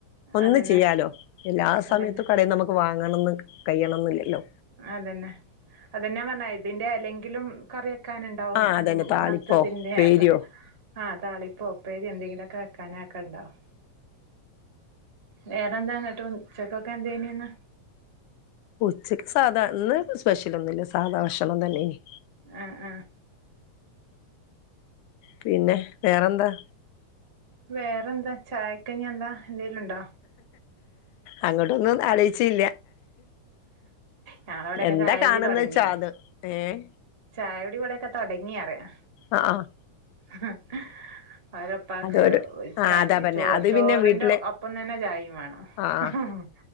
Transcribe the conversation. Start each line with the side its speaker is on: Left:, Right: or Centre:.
Left: ഒന്ന്
Right: അതന്നെ
Left: ചെയ്യാലോ എല്ലാ സമയത്തും
Right: അതന്നെ
Left: കടയും നമുക് വാങ്ങണംന്ന് കഴിയണന്നില്ലല്ലോ
Right: അതന്നെ അതെന്നെ പറഞ്ഞ് ഇതിന്റെ എലേങ്കിലും കറിവെ ക്കാനണ്ടാവും
Left: ആഹ് അതന്നെ താളിപ്പോ
Right: മത്തത്തിന്റെ
Left: ഉപ്പേരിയോ
Right: പ്പ ആഹ് താളിപ്പോ ഉപ്പേരിയൊ എന്തെങ്കിലൊക്കെ വെക്കാനൊക്കെണ്ടാവും വേറെന്താന്നിട്ട് ഉച്ചക്കൊക്കെ എന്തയ്ന്നിന്ന്
Left: ഉച്ചക്ക് സാധാ ഇന്ന് സ്പെഷ്യലൊന്നുല്ല സാധാ ഭക്ഷണം തന്നെയ്നി
Right: ആഹ് ആഹ്
Left: പിന്നെ വേറെന്താ
Right: വേറെന്താ ചായക്കഞ്ഞെന്താ എന്തേലുണ്ടോ
Left: അങ്ങോട്ടൊന്നും ആലോയിച്ചില്ല
Right: ഞളവടൊക്കെ
Left: എന്താ
Right: ചായകുടി
Left: കാണുന്നെ
Right: തൊടങ്ങി
Left: വെച്ചാ അത് ഏഹ്
Right: ചായകുടിവടൊക്കെ തൊടങ്ങിറയാ
Left: ആഹ് ആഹ്
Right: അഹ് അവരെപ്പാക്ക്
Left: അതൊരു ആഹ്
Right: കഞ്ഞി
Left: അതാ പറഞ്ഞെ
Right: ചോ
Left: അത്
Right: ചോറിന്റെ
Left: പിന്നെ വീട്ടില്
Right: ഒപ്പം തന്നെ ചായയും വേണം
Left: ആഹ്
Right: ഹ ഹ ഹാ